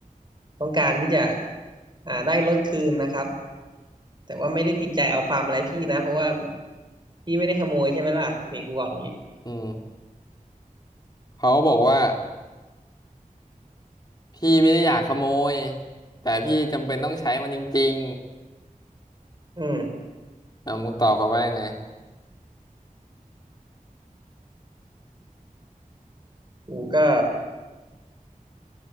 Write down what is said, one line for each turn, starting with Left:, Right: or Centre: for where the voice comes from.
Right: ต้องการที่จะอ่าได้รถคืนนะครับแต่ว่าไม่ได้ติดใจเอาความอะไรพี่นะเพราะว่าพี่ไม่ได้ขโมยใช่ไหมล่ะนี่กูบอกอย่างนี้
Left: อืมเขาก็บอกว่าพี่ไม่ได้อยากขโมยแต่พี่จำเป็นต้องใช้มันจริง
Right: อืม
Left: ๆอ่ะมึงตอบเขาว่ายังไง
Right: กูก็